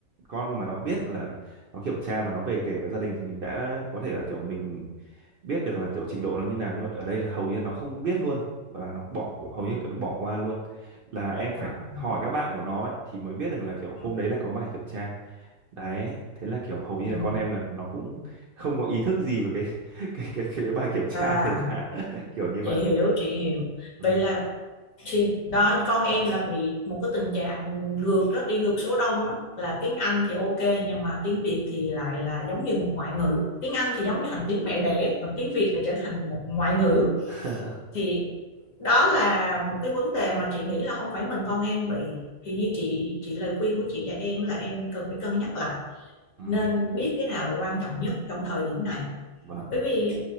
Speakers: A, on the right; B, on the left.
A: con mà nó biết là nó kiểm tra và nó về kể với gia đình thì mình đã có thể là kiểu mình biết được là kiểu trình độ nó như nào nhưng mà ở đây là hầu như nó không biết luôn và là nó bỏ hầu
B: ừ
A: như kiểu nó bỏ qua luôn là em
B: à,
A: phải hỏi các bạn của nó ấy, thì mới biết được là kiểu
B: ừ
A: hôm đấy là có bài kiểm tra đấy thế là kiểu hầu như
B: ừ
A: là con em là nó cũng không có ý thức gì về cái <laughs> cái cái cái, cái bài kiểm tra
B: à
A: đấy cả <laughs> kiểu như
B: chị
A: vậy
B: hiểu chị hiểu
A: ừ.
B: vậy là chị đó con em là bị một cái tình trạng ngược đó đi ngược số đông đó là tiếng Anh thì ok nhưng mà tiếng Việt thì lại là giống như một ngoại ngữ tiếng Anh thì giống như thành tiếng mẹ đẻ còn tiếng Việt lại trở thành một ngoại ngữ
A: <laughs>
B: thì đó là một cái vấn đề mà chị nghĩ là không phải mình con em bị thì như chị chị lời khuyên của chị và em là em cần phải cân nhắc lại
A: ừ.
B: nên biết cái nào là quan trọng nhất trong thời điểm này
A: vâng
B: bởi vì